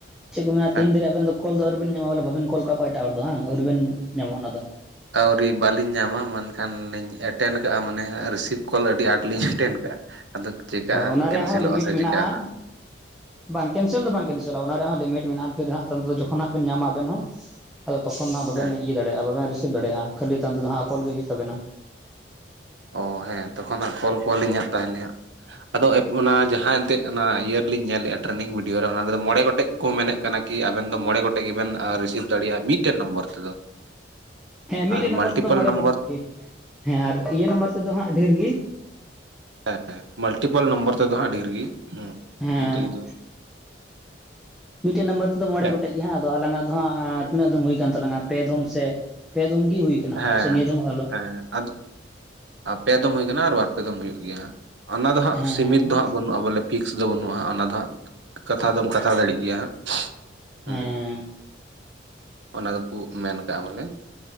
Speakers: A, in the centre; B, on the right.
A: ᱪᱮᱫ ᱠᱚ ᱢᱮᱱᱟ
B: ᱦᱮᱸ
A: ᱛᱤᱦᱤᱧ ᱫᱷᱟᱹᱨᱤᱜ ᱟᱵᱮᱱ ᱫᱚ ᱠᱚᱞ ᱫᱚ ᱟᱹᱣᱨᱤᱵᱮᱱ ᱧᱟᱢᱟ ᱵᱚᱞᱮ ᱵᱟᱵᱮᱱ ᱠᱚᱞ ᱠᱟᱜ ᱠᱚᱣᱟ ᱮᱴᱟᱜ ᱦᱚᱲ ᱫᱚ ᱦᱟᱝ ᱟᱹᱣᱨᱤᱵᱮᱱ ᱧᱟᱢᱚᱜ-ᱟ ᱚᱱᱟ ᱫᱚ?
B: ᱟᱹᱣᱨᱤ ᱵᱟᱞᱤᱧ ᱧᱟᱢᱟ ᱢᱮᱱᱠᱷᱟᱱ ᱞᱤᱧ ᱮᱴᱮᱱ ᱠᱟᱜᱼᱟ ᱢᱟᱱᱮ ᱨᱤᱥᱤᱵᱷ ᱠᱚᱞ ᱟᱹᱰᱤ ᱟᱸᱴ ᱞᱤᱧ ᱮᱴᱮᱱ ᱠᱟᱜᱼᱟ᱾ ᱟᱫᱚᱠ ᱪᱮᱠᱟ ᱦᱟᱸᱜ
A: ᱚᱱᱟ
B: ᱠᱮᱱᱥᱮᱞᱚᱜᱼᱟ
A: ᱨᱮᱭᱟᱜ ᱦᱚᱸ ᱞᱤᱢᱤᱴ
B: ᱥᱮ
A: ᱢᱮᱱᱟᱜᱼᱟ
B: ᱪᱤᱠᱟᱹᱜ-ᱟ ᱦᱟᱸᱜ?
A: <inaudible> ᱵᱟᱝ ᱠᱮᱱᱥᱮᱞ ᱫᱚ ᱵᱟᱝ ᱠᱮᱱᱥᱤᱮᱞᱚᱜᱼᱟ ᱚᱱᱟ ᱨᱮᱭᱟᱜ ᱞᱤᱢᱤᱴ ᱢᱮᱱᱟᱜᱼᱟ ᱯᱷᱤᱨ ᱛᱟᱭᱚᱢ ᱛᱚ ᱡᱚᱠᱷᱚᱱ ᱵᱮᱱ ᱧᱟᱢᱟ ᱟᱵᱮᱱ ᱦᱚᱸ᱾ ᱟᱫᱚ ᱛᱚᱠᱷᱚᱱ ᱦᱟᱸᱜ ᱵᱟᱵᱮᱱ
B: ᱦᱮᱸ
A: ᱤᱭᱟᱹ ᱫᱟᱲᱮᱭᱟᱜᱼᱟ ᱵᱟᱵᱮᱱ ᱨᱤᱥᱤᱵ ᱫᱟᱲᱮᱭᱟᱜᱼᱟ ᱠᱷᱟᱹᱞᱤ ᱛᱟᱭᱚᱢ ᱛᱮᱫᱚ ᱦᱟᱸᱜ ᱠᱚᱞ ᱜᱮ ᱦᱩᱭᱩᱜ ᱛᱟᱵᱮᱱᱟ᱾
B: ᱚ ᱦᱮᱸ ᱛᱚᱠᱷᱚᱱ ᱦᱟᱸᱜ ᱠᱚᱞ ᱠᱚᱣᱟᱞᱤᱧ ᱦᱟᱸᱜ ᱛᱟᱦᱚᱞᱮ ᱦᱟᱸᱜ, ᱟᱫᱚ ᱚᱱᱟ ᱡᱟᱦᱟᱸ ᱮᱱᱛᱮᱫ ᱚᱱᱟ ᱤᱭᱟᱹ ᱨᱮᱞᱤᱧ ᱧᱮᱞ ᱞᱮᱫᱼᱟ ᱴᱨᱮᱱᱤᱝ ᱵᱷᱤᱰᱤᱭᱳ ᱨᱮ ᱚᱱᱟ ᱨᱮᱫᱚ ᱢᱚᱬᱮ ᱜᱚᱴᱮᱜ ᱠᱚ ᱢᱮᱱᱮᱜ ᱠᱟᱱᱟ ᱠᱤ ᱟᱵᱮᱱ ᱫᱚ ᱢᱚᱬᱮ ᱜᱚᱴᱮᱜ ᱜᱮᱵᱮᱱ ᱨᱤᱥᱤᱵᱷ ᱫᱟᱲᱮᱭᱟᱜᱼᱟ ᱢᱤᱫᱴᱮᱱ ᱱᱚᱢᱵᱚᱨ ᱛᱮᱫᱚ᱾
A: <inaudible> ᱦᱮᱸ ᱢᱤᱫᱴᱮᱡ
B: ᱟᱨ
A: ᱱᱟᱢᱵᱟᱨ
B: ᱢᱟᱞᱴᱤᱯᱮᱞ
A: ᱛᱮᱫᱚ ᱢᱚᱬᱮ
B: ᱱᱚᱢᱵᱚᱨ
A: ᱜᱚᱴᱮᱡ ᱜᱮ ᱦᱮᱸ ᱟᱨ ᱤᱭᱟᱹ ᱱᱟᱢᱵᱟᱨ ᱛᱮᱫᱚ ᱦᱟᱸᱜ ᱰᱷᱚᱨ ᱜᱤ᱾
B: ᱦᱮᱸ ᱢᱟᱞᱴᱤᱯᱟᱞ ᱱᱚᱢᱵᱚᱨ ᱛᱮᱫᱚ ᱦᱟᱸᱜ ᱰᱷᱤᱨ ᱜᱤ ᱦᱮᱸ
A: ᱦᱮᱸ
B: ᱡᱩᱫᱟᱹ ᱡᱩᱫᱟᱹ᱾
A: ᱢᱤᱫᱴᱮᱜ ᱱᱟᱢᱵᱟᱨ ᱛᱚᱫᱚ ᱢᱚᱬᱮ
B: ᱦᱮᱸᱛᱚ
A: ᱜᱚᱴᱮᱡ ᱜᱮ ᱦᱟᱸᱜ᱾ ᱛᱚ ᱟᱞᱟᱝᱟᱜ ᱫᱚ ᱦᱟᱸᱜ ᱛᱤᱱᱟᱹᱜ ᱫᱚᱢ ᱦᱩᱭ ᱠᱟᱱ ᱛᱟᱞᱟᱝᱟ ᱯᱮ ᱫᱷᱚᱢ ᱥᱮ ᱯᱮ ᱫᱷᱚᱢ ᱜᱮ ᱦᱩᱭ, ᱠᱟᱱᱟᱦᱟᱸᱜ
B: ᱦᱮᱸ
A: ᱯᱟᱥᱮᱡ ᱱᱤᱭᱟᱹ ᱫᱚᱢ ᱟᱞᱳ᱾
B: ᱦᱮᱸ ᱟᱫᱚ? ᱯᱮ ᱫᱚᱢ ᱦᱩᱭ ᱠᱟᱱᱟ ᱟᱨ ᱵᱟᱨ ᱯᱮ ᱫᱚᱢ ᱦᱩᱭᱩᱜ ᱜᱮᱭᱟ ᱦᱟᱸᱜ ᱚᱱᱟ ᱫᱚ ᱦᱟᱸᱜ
A: ᱦᱮᱸ
B: ᱥᱤᱢᱤᱛ ᱫᱚ ᱦᱟᱸᱜ ᱵᱟᱹᱱᱩᱜᱼᱟ ᱵᱚᱞᱮ ᱯᱷᱤᱠᱥ ᱫᱚ ᱵᱟᱹᱱᱩᱜᱼᱟ ᱚᱱᱟ ᱫᱚ ᱦᱟᱸᱜ ᱠᱟᱛᱷᱟ ᱫᱚᱢ ᱠᱟᱛᱷᱟ ᱫᱟᱲᱮᱜ ᱜᱮᱭᱟ ᱦᱟᱸᱜ᱾ ᱦᱩᱸ
A: ᱦᱮᱸ
B: ᱚᱱᱟ ᱫᱚᱠᱩ ᱢᱮᱱ ᱠᱟᱜᱼᱟ ᱵᱚᱞᱮ,